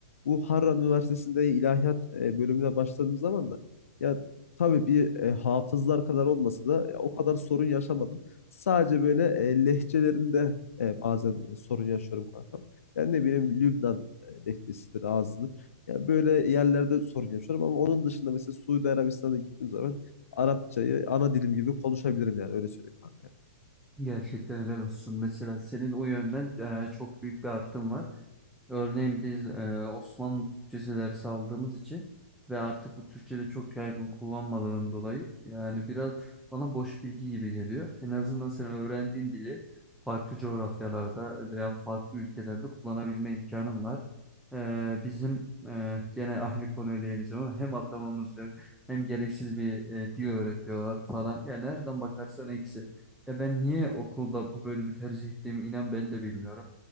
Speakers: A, on the left; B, in the centre.
A: Bu Harran Üniversitesi'nde ilahiyat e, bölümüne başladığım zaman da ya tabii bir e, hafızlar kadar olmasa da e, o kadar sorun yaşamadım. Sadece böyle e, lehçelerinde e, bazen e, sorun yaşıyorum kankam. Yani ne bileyim Lübnan e, lehçesidir, ağzıdır. Yani böyle yerlerde sorun yaşıyorum ama onun dışında mesela Suudi Arabistan'a gittiğim zaman Arapçayı ana dilim gibi konuşabilirim yani öyle söyleyeyim kanka.
B: Gerçekten helal olsun. Mesela senin o yönden e, çok büyük bir artım var. Örneğin biz e, Osmanlı Türkçesi dersi aldığımız için ve artık bu Türkçe'de çok yaygın kullanmalarının dolayı yani biraz bana boş bilgi gibi geliyor. En azından sen öğrendiğin dili farklı coğrafyalarda veya farklı ülkelerde kullanabilme imkanın var. E, bizim e, gene aynı konuya değineceğim ama hem atamamız yok hem gereksiz bir e, dil öğretiyorlar falan. Yani nereden bakarsan eksi. Ya ben niye okulda bu bölümü tercih ettiğimi inan ben de bilmiyorum.